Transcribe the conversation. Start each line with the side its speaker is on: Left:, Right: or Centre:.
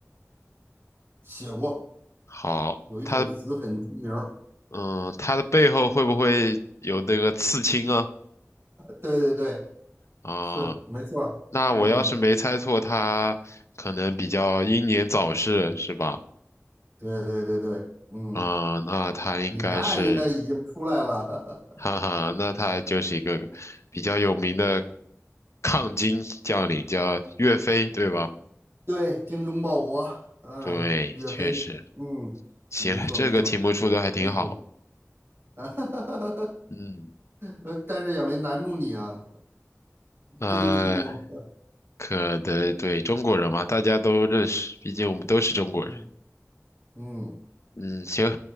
Right: 写过，
Left: 好，
Right: 有一首词很出名儿
Left: 他嗯，他的背后会不会有那个刺青啊？
Right: 对对对，
Left: 啊，
Right: 是没错儿嗯，
Left: 那我要是没猜错，他可能比较英年早逝，是吧？
Right: 对对对对，嗯，
Left: 啊，那他应该是，
Right: 你答案应该已经出来了。
Left: 哈哈，那他就是一个比较有名的抗金将领，叫岳飞，对吧？
Right: <laughs> 对，精忠报国，嗯，
Left: 对，
Right: 岳飞，
Left: 确实，
Right: 嗯，
Left: 行，
Right: 没错没错，
Left: 这个题目出的还挺好。
Right: 可以可以，<laughs>
Left: 嗯，
Right: 呃但是也没难住你啊。
Left: 呃，
Right: 这个题目，
Left: 可得对中国人嘛，大家都认识，毕竟我们都是中国人。
Right: 嗯嗯，
Left: 嗯，行，